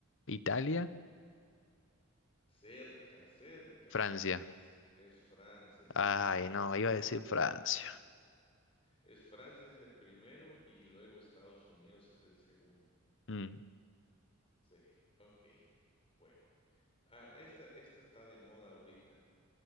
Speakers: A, on the left (about 65°); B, on the left (about 30°).
A: Italia,
B: cerca, cerca.
A: Francia.
B: Es es Francia, sí,
A: Ay,
B: así
A: no,
B: es.
A: iba a decir Francia.
B: Es Francia es el primero y luego Estados Unidos es el segundo.
A: Mm.
B: Sí, okey. Bueno, ah, esta esta está de moda ahorita.